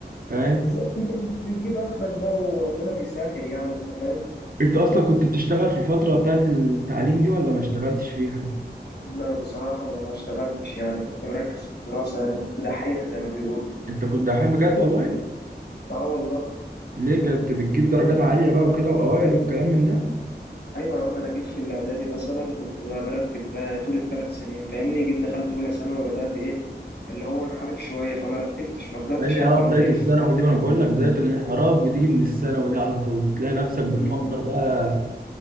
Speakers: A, on the right; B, on the left.
A: فاهم
B: بالظبط انت بتجيب اخرك بقى وربنا بيسهل يعني انت فاهم
A: انت اصلا كنت بتشتغل في الفترة بتاعت التعليم دي ولا ما اشتغلتش فيها
B: ما بصراحه ما ما اشتغلتش يعني كنت مركز في الدراسه يعني كنت دحيح زي ما بيقولوا
A: انت كنت دحيح بجد والله
B: اه والله
A: ليه كنت بتجيب درجات عالية بقى وكده واوائل والكلام من ده
B: ايوه يا عم انا جيت في الاعدادي مثلا كنت بقى برتب تا- طول الثلاث سنين فاهمني جيت دخلت اولى ثانوي وبدات ايه اللي هو انحرف شويه فما رتبتش ما طلعتش
A: هي
B: حتى
A: اه بداية
B: من العشرين
A: الثانوي دي ما انا بقول لك بداية الانحراف بتيجي من الثانوي دي على طول تلاقي نفسك بتفكر
B: م-
A: بقى